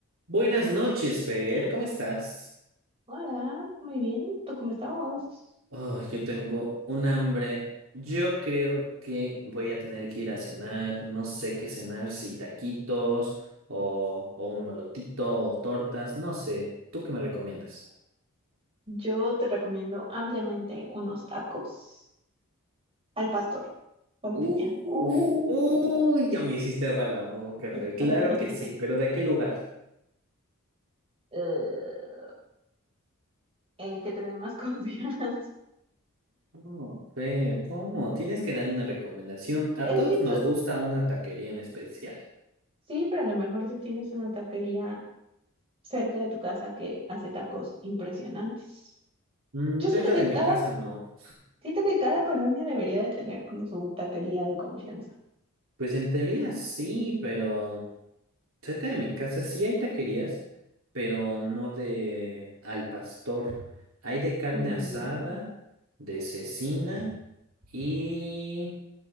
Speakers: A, on the right (about 65°); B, on the right (about 25°).
A: Buenas noches, Fer, ¿cómo estás?
B: Hola, muy bien. ¿Tú cómo estás?
A: Oh, yo tengo un hambre. Yo creo que voy a tener que ir a cenar. No sé qué cenar, si taquitos o, o un molotito o tortas, no sé. ¿Tú qué me recomiendas?
B: Yo te recomiendo ampliamente unos tacos al pastor con
A: Uf,
B: piña. Uh,
A: uy, ya me hiciste agua la boca, Fer.
B: <laughs>
A: Claro que sí, pero ¿de qué lugar?
B: eh, el que te dé más <laughs> confianza.
A: Oh, Fer, ¿cómo? Tienes que darme una recomendación. A
B: Es
A: todos
B: que tú,
A: nos gusta una taquería en especial.
B: sí, pero a lo mejor tú tienes una taquería cerca de tu casa que hace tacos impresionantes.
A: Mm,
B: Yo siento
A: cerca
B: que
A: de mi
B: cada,
A: casa no.
B: siento que cada colonia debería de tener como su taquería de confianza.
A: Pues en teoría sí, pero cerca de mi casa sí hay taquerías, pero no de al pastor. Hay de carne
B: Mm,
A: asada, de cecina y